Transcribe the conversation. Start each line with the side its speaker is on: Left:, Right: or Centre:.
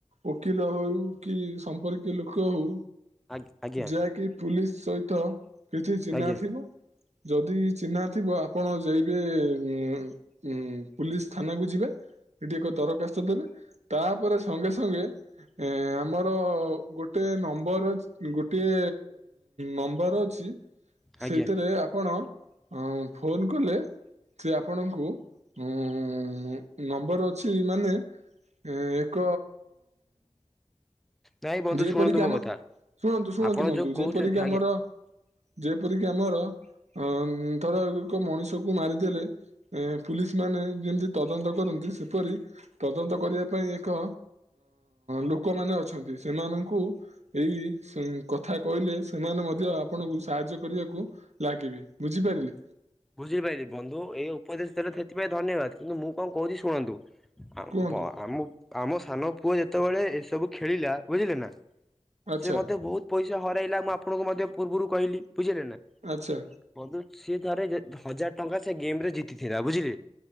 Right: ଓକିଲ ହଉ କି ସମ୍ପର୍କୀୟ ଲୋକ ହଉ
Centre: ଆଜ୍ଞା ଆଜ୍ଞା
Right: ଯାହାକି ପୁଲିସ ସହିତ କିଛି ଚିହ୍ନା
Centre: ଆଜ୍ଞା
Right: ଥିବ। ଯଦି ଚିହ୍ନା ଥିବ ଆପଣ ଯାଇବେ ଉ ଉ ପୁଲିସ ଥାନାକୁ ଯିବେ। ଏ ଟିକେ କ ଦରଖାସ୍ତ ଦେବେ । ତା ପରେ ସଙ୍ଗେ ସଙ୍ଗେ ଆମର ଗୋଟଏ ନମ୍ବର ଗୋଟିଏ ନମ୍ବର ଅଛି
Centre: ଆଜ୍ଞା
Right: ସେଇଥିରେ ଆପଣ ଅ ଫୋନ କଲେ ସେ ଆପଣଙ୍କୁ ହଁ ନମ୍ବର ଅଛି ମାନେ ଏ ଏକ
Centre: ନାଇଁ ବନ୍ଧୁ
Right: ଯେପରିକି
Centre: ଶୁଣନ୍ତୁ ମୋ
Right: ଆମ
Centre: କଥା
Right: ଶୁଣନ୍ତୁ ଶୁଣନ୍ତୁ
Centre: ଆପଣ
Right: ବନ୍ଧୁ
Centre: ଯୋଉ କହୁଛନ୍ତି
Right: ଯେପରିକି
Centre: ଆଜ୍ଞା
Right: ଆମର ଯେପରିକି ଆମର ଅ ଧର ଏକ ମଣିଷ କ ମାରିଦେଲେ ଏ ପୁଲିସ ମାନେ ଯେମିତି ତଦନ୍ତ କରନ୍ତି ସେପରି ତଦନ୍ତ କରିବା ପାଇଁ ଏକ ଲୋକମାନେ ଅଛନ୍ତି ସେମାନଙ୍କୁ ଏଇ କଥା କଥା କହିଲେ ସେମାନେ ମଧ୍ୟ ଆପଣଙ୍କୁ ସାହାଯ୍ୟ କରିବାକୁ ଲାଗିବେ ବୁଝିପାରିଲେ।
Centre: ବୁଝିପାରିଲି ବନ୍ଧୁ ଏ ଉପଦେଶ ଦେଲେ ସେଥିପାଇଁ ଧନ୍ୟବାଦ କିନ୍ତୁ ମୁଁ କଣ କହୁଛି ଶୁଣନ୍ତୁ
Right: କୁହନ୍ତୁ
Centre: ଆମ ଆମ ସାନ ପୁଅ ଯେତେବେଳେ ଏସବୁ ଖେଳିଲା ବୁଝିଲେ ନା
Right: ଆଚ୍ଛା
Centre: ସେ ମତେ ବହୁତ ପଇସା ହରାଇଲା ମୁଁ ଆପଣଙ୍କୁ ମଧ୍ୟ ପୂର୍ବରୁ କହିଲି। ବୁଝିଲେ ନା
Right: ଆଚ୍ଛା
Centre: ବନ୍ଧୁ ସିଏ ଥରେ ହଜାର ଟଙ୍କା ସେ ଗେମ ରେ ଜିତିଥିଲା ବୁଝିଲେ।